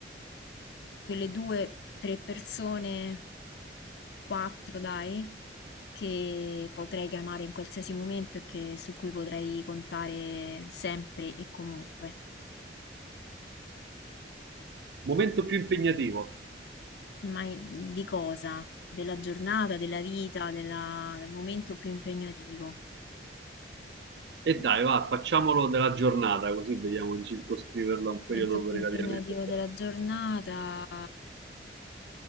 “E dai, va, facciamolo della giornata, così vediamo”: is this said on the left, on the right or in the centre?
Right